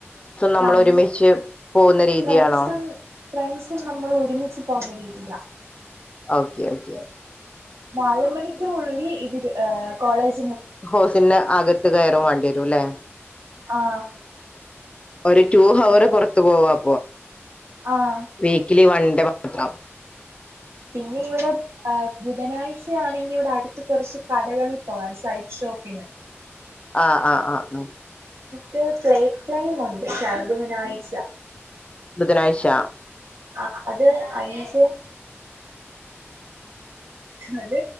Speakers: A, on the left (about 25°); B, on the right (about 80°).
A: നമ്മൾ
B: നമ്മ
A: ഒരുമിച്ച് പോകുന്ന രീതിയാണോ
B: ഫ്രണ്ട്സും ഫ്രണ്ട്സും നമ്മൾ ഒരുമിച്ച് പോണം മരീചിക
A: ഓക്കെ ഓക്കെ
B: നാല് മണിക്കുള്ളി ൽ ഇത്കോളേജ്
A: ഹോ സിന്ന ആഗത്ത കയ വാണ്ടിവരുലേ
B: ആഹ്
A: ഒരുഹവർ
B: ഏഹ്
A: പുറത്ത് പോ അ
B: ആഹ്
A: വീക്കലി വൺ ഡേ മാത്രം
B: ഇ ഇവിടെ ബുധനാഴ്ച ആണെങ്കിൽ ഇവിടെ അടുത്ത കൊറച്ച് കടകളിൽ പോവാൻ സൈഡ് ഷോപ്പിന്
A: ആ ആഹ് ആഹ് ആ
B: ഠ് പ്ലടൈംണ്ട് ബുധനാഴച്ച
A: ബുധനാഴ്ച
B: ആ അത് അഞ്ച്
A: <inaudible>
B: അത്